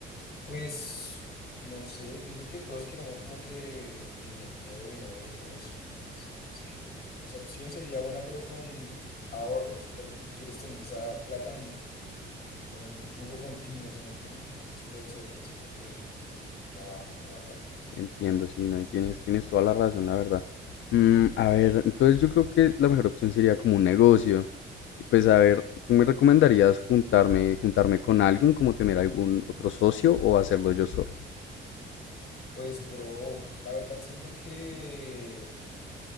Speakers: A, on the left; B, on the left.
A: Pues, no sé, yo siento que todos queremos como que dinero, dinero, dinero, si me entiendes. Entonces, que esa opción sería buena, pero con ahorros, pero tú quieres tener esa plata en, en un flujo continuo, si me entiendes. Entonces, lo del CDT siento que no va, no va tanto.
B: Entiendo, sí, no, y tienes, tienes toda la razón, la verdad. Mm, a ver, entonces yo creo que la mejor opción sería como un negocio. Y pues a ver, ¿tú me recomendarías
A: Mm, negocio.
B: juntarme, juntarme con alguien, como tener algún otro socio o hacerlo yo solo?
A: Pues, bro, la verdad siento que